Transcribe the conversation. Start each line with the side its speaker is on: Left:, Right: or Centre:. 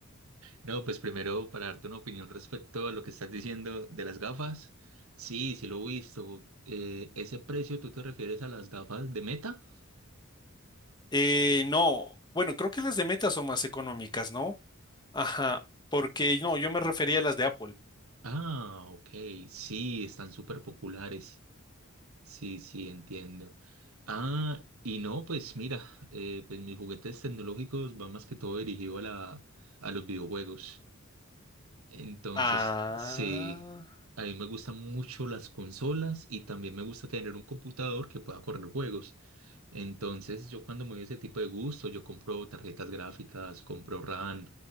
Right: No, pues primero para darte una opinión respecto a lo que estás diciendo de las gafas. Sí, sí lo he visto. Eh, ¿ese precio tú te refieres a las gafas de Meta?
Left: Eh, no, bueno, creo que las de Meta son más económicas, ¿no? Ajá, porque no, yo me refería a las de Apple.
Right: Ah, ok, sí, están súper populares. Sí, sí, entiendo. Ah, y no, pues mira, eh, pues mis juguetes tecnológicos van más que todo dirigido a la, a los videojuegos. Entonces,
Left: Ah,
Right: sí, a mí me gustan mucho las consolas y también me gusta tener un computador que pueda correr juegos. Entonces, yo cuando me doy ese tipo de gusto, yo compro tarjetas gráficas, compro RAM